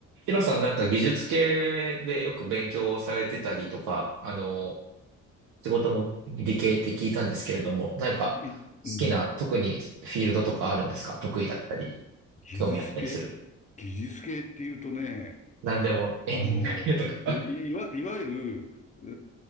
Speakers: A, on the right; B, on the left.
A: ヒロさんなんか技術系でよく勉強をされてたりとか、あの、仕事も理系って聞いたんですけれども、何か好きな、
B: い、うん、
A: 特にフィールドとかあるんですか得意だったり、
B: 技術系、
A: 興味あったりする。
B: 技術系っていうとね、
A: 何でも、演技だけとか。
B: あの、い、
A: <laughs>
B: いわ、いわゆる、う